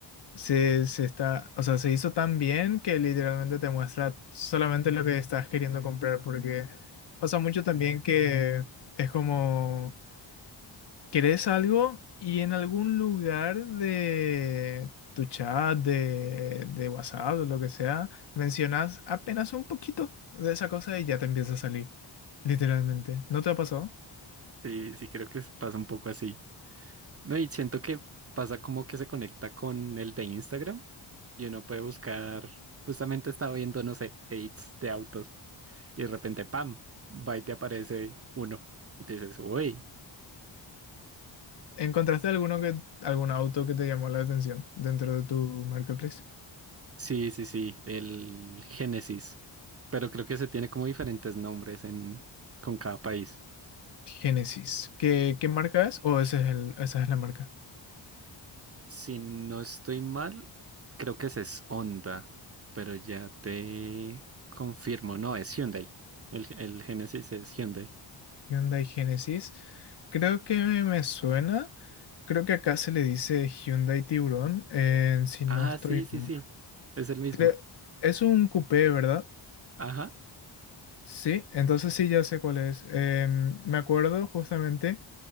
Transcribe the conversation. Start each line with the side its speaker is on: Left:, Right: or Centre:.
Left: se, se está, o sea, se hizo tan bien que literalmente te muestra solamente lo que estás queriendo comprar, porque pasa mucho también que es como, querés algo y en algún lugar de tu chat, de, de WhatsApp o lo que sea, mencionas apenas un poquito de esa cosa y ya te empieza a salir, literalmente. ¿No te ha pasado?
Right: Sí, sí, creo que es- pasa un poco así. No, y siento que pasa como que se conecta con el de Instagram y uno puede buscar, justamente estaba viendo, no sé, edits de autos y de repente, ¡pam! va y te aparece uno y te dices, uy,
Left: ¿Encontraste alguno que, algún auto que te llamó la atención dentro de tu marketplace?
Right: sí, sí, sí, el Génesis, pero creo que se tiene como diferentes nombres en, con cada país.
Left: Genesis. ¿Qué, qué marca es? ¿O ese es el, esa es la marca?
Right: Si no estoy mal, creo que ese es Honda, pero ya te confirmo. No, es Hyundai. El, el Genesis es Hyundai.
Left: Hyundai Genesis. Creo que me, me suena. Creo que acá se le dice Hyundai Tiburón. eh, si
Right: Ah,
Left: no estoy.
Right: sí, sí,
Left: ma-
Right: sí. Es el mismo.
Left: Creo, es un coupé, ¿verdad?
Right: Ajá,
Left: Sí, entonces sí, ya sé cuál es. Em, me acuerdo justamente